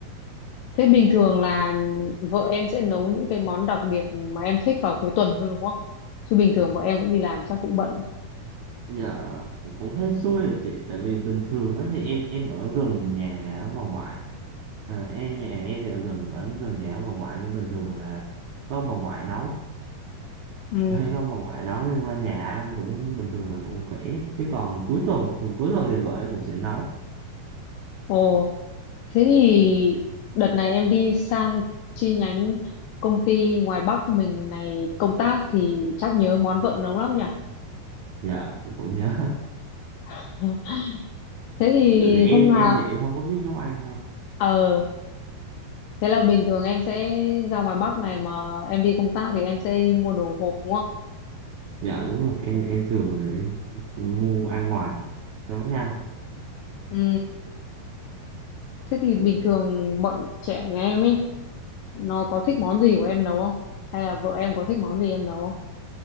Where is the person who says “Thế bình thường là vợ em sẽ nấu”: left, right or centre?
Left